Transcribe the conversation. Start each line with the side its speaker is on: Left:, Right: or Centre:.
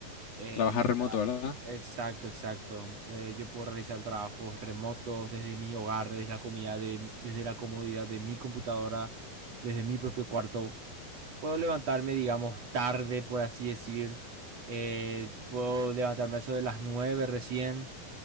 Right: en
Left: Trabajar remoto,
Right: la...
Left: ¿verdad?
Right: Exacto, exacto. Eh, yo puedo realizar trabajos remotos desde mi hogar, desde la comodidad de, desde la comodidad de mi computadora, desde mi propio cuarto. Puedo levantarme, digamos, tarde, por así decir. Eh, puedo levantarme a eso de las 9 recién